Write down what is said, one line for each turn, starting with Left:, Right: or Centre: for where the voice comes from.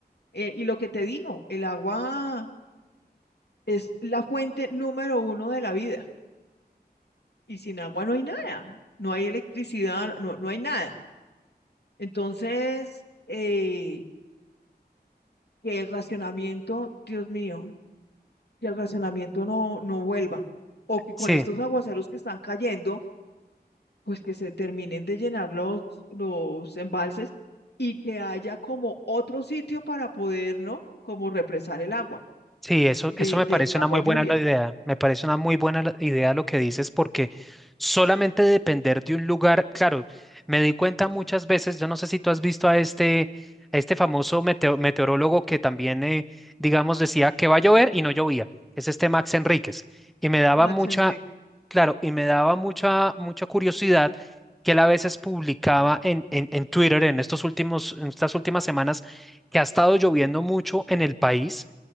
Left: Eh, y lo que te digo, el agua es la fuente número uno de la vida. Y sin agua no hay nada, no hay electricidad, no, no hay nada. Entonces, eh, que el racionamiento, Dios mío, que el racionamiento no, no vuelva. O
Centre: <laughs>
Left: que con estos
Centre: Sí.
Left: aguaceros que están cayendo, pues que se terminen de llenar los, los embalses y que haya como otro sitio para poder, ¿no? Como represar el agua
Centre: Sí, eso,
Left: de,
Centre: eso me
Left: de
Centre: parece
Left: agua
Centre: una muy
Left: lluvia.
Centre: buena la idea. Me parece una muy buena la- idea lo que dices, porque solamente depender de un lugar, claro, me di cuenta muchas veces, yo no sé si tú has visto a este, a este famoso meteo- meteorólogo que también, eh, digamos, decía que va a llover y no llovía, es este Max Enríquez. Y me daba
Left: Max
Centre: mucha,
Left: Enrique,
Centre: claro, y me daba mucha, mucha curiosidad que él a veces publicaba en, en, en Twitter en estos últimos, en estas últimas semanas que ha estado lloviendo mucho en el país